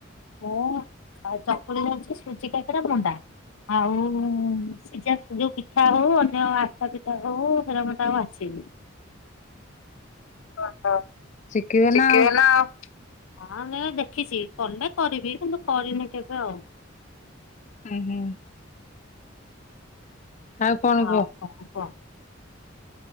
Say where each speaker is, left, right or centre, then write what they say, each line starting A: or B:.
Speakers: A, on the left; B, on the left.
A: ମୁଁ ଆଉ ଚକୁଳି ଜାଣିଛି ସୁଜି କାକରା ମଣ୍ଡା। ଆଉ ସେ ଯା ଯୋଉ ପିଠା ହଉ ଅନ୍ୟ ଆଶା ପିଠା ହଉ ହେରା ମତେ ଆଉ ଆସେନି।
B: <inaudible>
A: ଓହୋ,
B: ଶିଖିବ
A: ସିକିବେ
B: ଆଉ।
A: ନା। ହଁ ଦେ ଦେଖିଛି। କଲେ କରିବି କିନ୍ତୁ କରିନି କେବେ ଆଉ।
B: ହୁଁ ହୁଁ ଆଉ କଣ
A: <inaudible>
B: କୁହ?